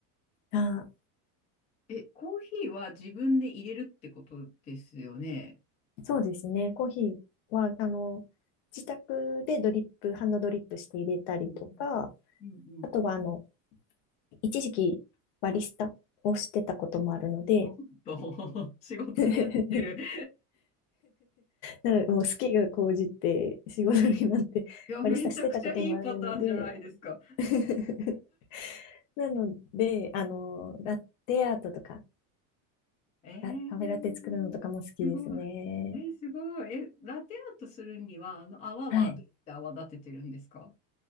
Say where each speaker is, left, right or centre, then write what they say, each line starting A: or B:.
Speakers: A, on the left (about 60°); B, on the left (about 20°).
A: あ、
B: え、コーヒーは自分で入れるってことですよね。
A: そうですね。コーヒーは、あの、自宅でドリップ、ハンドドリップして入れたりとか、
B: うんうんうんうんうん。
A: あとはあの、一時期バリスタをしてたこともあるので、
B: おっと、<laughs> 仕事になってる。
A: <laughs>
B: <laughs>
A: なのでもう好きが高じて仕事になってバリスタしてたこともあるので
B: いや、めちゃくちゃいいパターンじゃないですか。
A: <laughs> なので、あの、ラテアートとか、
B: えー、
A: ラカフェラテ作るのとかも好きですね。
B: すごい。えー、すごい。え、ラテアートするには、あの泡はどうやって泡立ててるんですか
A: はい。